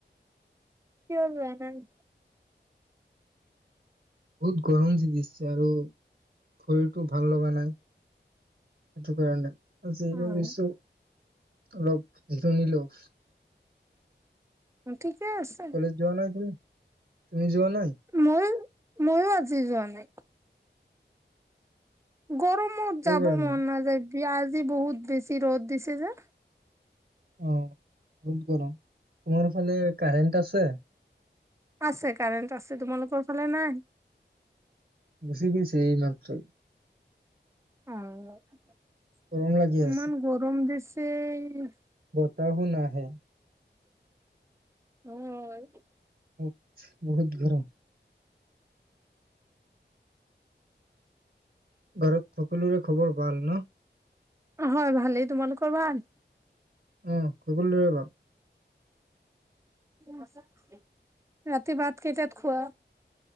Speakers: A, on the right; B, on the right.
A: কিয় যোৱা নাই?
B: বহুত গৰম দি দিছে, আৰু শৰীৰটো ভাল লগা নাই। সেইটো কাৰণে। <unintelligible>
A: অ'
B: <unintelligible> লোভ ধিৰণী লোভ।
A: ঠিকে আছে।
B: কলেজ যোৱা নাই তুমি? তুমি যোৱা নাই?
A: মই ময়ো আজি যোৱা নাই। গৰম। মোৰ
B: কিয়
A: যাব
B: কাৰণে
A: মন নাযায়। ইআজি বহুত বেছি ৰ'দ দিছে যে।
B: অ', বহুত গৰম। তোমাৰ ফালে কাৰেণ্ট আছে?
A: আছে, কাৰেণ্ট আছে। তোমালোকৰ ফালে নাই?
B: গুচি গৈছে এইমাত্ৰ।
A: অ'
B: গৰম লাগি
A: ইমান
B: আছে
A: গৰম দিছে। তে
B: বতাহো নাহে।
A: হয়।
B: বহুত বহুত গৰম। ঘৰত সকলোৰে খবৰ। ভাল ন
A: হয় ভালেই। তোমালোকৰ? প্ৰবান
B: উ'ম দৰে ভাব।
A: <inaudible> ৰাতি ভাত কেইটয়াত খোৱা?